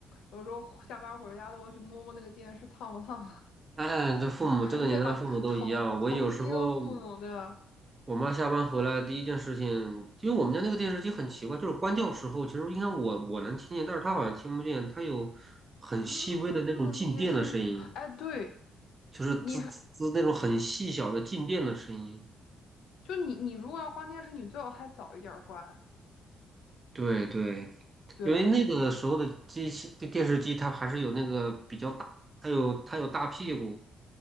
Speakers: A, on the left; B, on the right.
A: 有时候下班回家都会去摸摸那个电视烫不烫，
B: 哎，这父母这个年代父母都一样。
A: <laughs> 对吧？同同一个父母，
B: 我有时候
A: 对吧？
B: 我妈下班回来第一件事情，因为我们家那个电视机很奇怪，就是关掉时候，其实应该我我能听见，但是她好像听不见，它有很细微的那种静电的声音，
A: 滋滋滋的那些声音，哎，对，
B: 就是滋滋滋那种很细小的静电的声音。
A: 你还就你你如果要关电视，你最好还早一点关。
B: 对对，
A: 对，
B: 因为那个时候的机器电电视机，它还是有那个比较大，它有它有大屁股，